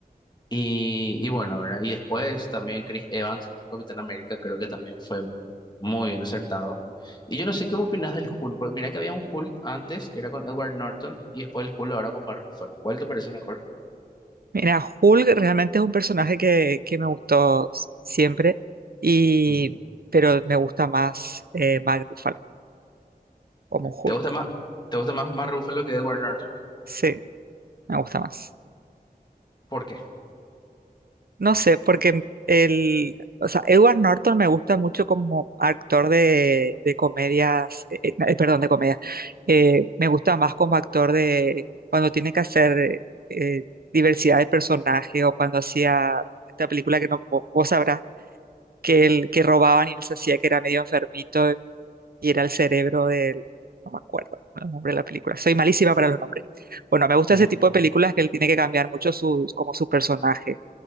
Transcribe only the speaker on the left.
Y, y bueno, ¿verdad? Y después también Chris Evans como Capitán América creo que también fue muy bien acertado. Y yo no sé qué opinas del Hulk, porque mira que había un Hulk antes que era con Edward Norton y después el Hulk ahora con Mark Ruffalo. ¿Cuál te parece mejor?
Ujú,
¿Te gusta más, te gusta más Mark Ruffalo que Edward Norton?
¿Por qué?
ujú,